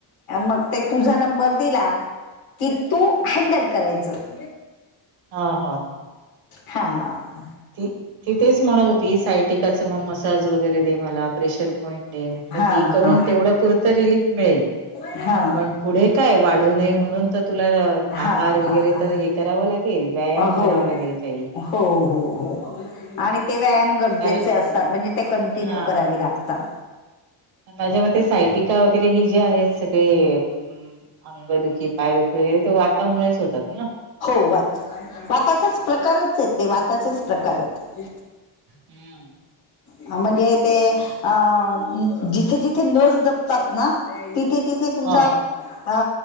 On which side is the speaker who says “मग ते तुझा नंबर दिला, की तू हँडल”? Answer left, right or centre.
Left